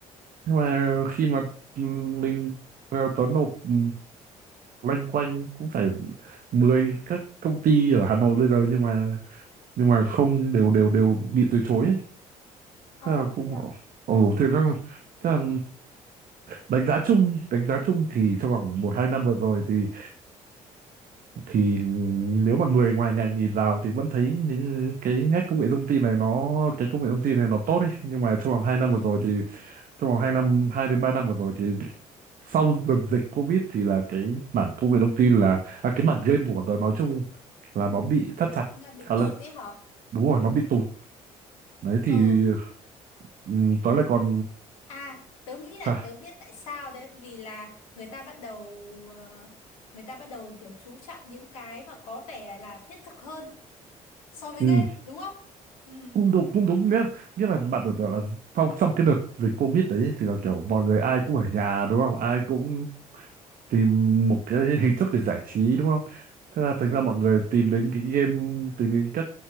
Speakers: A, on the right (about 55°); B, on the left (about 80°).
A: nhưng mà khi mà ừm, mình ờ, tớ nộp ừm, loanh quanh cũng phải 10 các công ty ở Hà Nội bây giờ nhưng mà nhưng mà không đều đều đều bị từ chối ấy.
B: Ờ,
A: Thế là cũng
B: thế
A: bảo,
B: à?
A: ồ
B: Ừ,
A: thế là, thế là đánh giá chung đánh giá chung thì trong vòng một hai năm vừa rồi thì thì nếu mà người ngoài ngành nhìn vào thì vẫn thấy những cái nét công nghệ thông tin này nó cái công nghệ thông tin này nó tốt ấy nhưng mà trong vòng hai
B: ừ,
A: năm vừa rồi
B: ừ.
A: thì trong vòng hai năm hai đến ba năm vừa rồi thì sau đợt dịch Covid thì là cái mảng công nghệ thông tin là à, cái mảng game của bọn tôi nói chung là nó bị thắt chặt
B: là bị
A: khá
B: tụt
A: là
B: ấy hả
A: đúng rồi nó bị tụt đấy thì
B: ừ
A: ừ, tôi lại còn
B: à tớ nghĩ là
A: À,
B: tớ biết tại sao đấy vì là người ta bắt đầu ờ, người ta bắt đầu kiểu chú trọng những cái mà có vẻ là thiết thực hơn so với
A: ừ,
B: game đúng không ừ
A: cũng đúng cũng đúng nhé nghĩa là bạn tưởng tượng
B: ừ
A: là sau trong cái đợt dịch Covid đấy thì là kiểu mọi người ai cũng ở nhà đúng không ai cũng tìm một cái hình thức để giải trí đúng không thế là thành
B: ừ
A: ra mọi người tìm đến cái game tìm đến các